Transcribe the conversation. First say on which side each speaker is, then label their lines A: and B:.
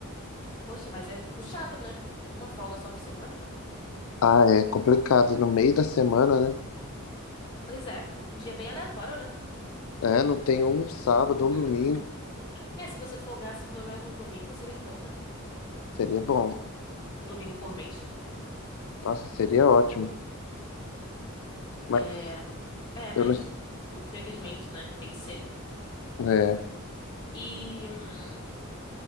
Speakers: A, on the left; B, on the left.
A: Poxa, mas é puxado, né? Uma folga só por semana?
B: Ah, é complicado. E no meio da semana, né?
A: Pois é, um dia bem aleatório, né?
B: É, não tem um sábado, um
A: <clears throat>
B: domingo.
A: É, se você folgasse pelo menos um domingo, seria bom, né?
B: Seria bom.
A: Um domingo por mês.
B: Nossa, seria ótimo. Mas
A: É, é, mas
B: Eu não sei
A: infelizmente, né? Tem que ser.
B: É.
A: E, hum,